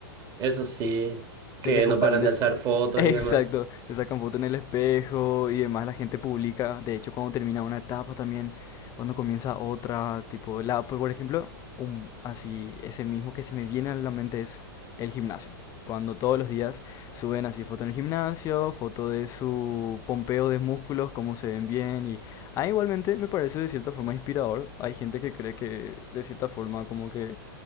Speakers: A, on the right; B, on the left.
A: Eso sí,
B: De
A: que
B: que justamente,
A: no paran de
B: es-
A: alzar
B: <laughs>
A: fotos
B: exacto,
A: y demás.
B: se sacan fotos en el espejo y demás, la gente publica, de hecho, cuando termina una etapa también, cuando comienza otra, tipo, la, por por ejemplo, un, así, ese mismo que se me viene a la mente es el gimnasio. Cuando todos los días suben así foto en el gimnasio, foto de su pompeo de músculos, cómo se ven bien y... Ah, igualmente me parece de cierta forma inspirador. Hay gente que cree que de cierta forma como que